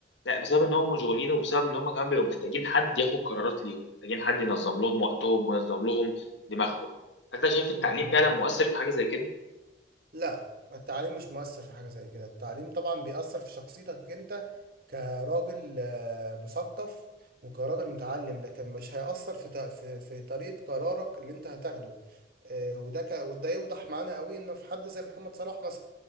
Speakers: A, on the left; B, on the right.
A: لا بسبب ان هم مشغولين وبسبب ان هم كمان بيبقوا محتاجين حد ياخد قرارات ليهم محتاجين حد ينظم لهم وقتهم وينظم لهم دماغهم فانت شايف
B: ما
A: التعليم
B: هو
A: فعلا مؤثر في حاجه زي كده
B: لا التعليم مش مؤثر في حاجة زي كده التعليم طبعا بيأثر في شخصيتك انت كراجل آه، مثقف وكراجل متعلم لكن مش هيأثر في ت- في في طريقة قرارك اللي انت هتاخده آه، وده ك... وده يوضح معانا قوي انه في حد زي محمد صلاح مثلا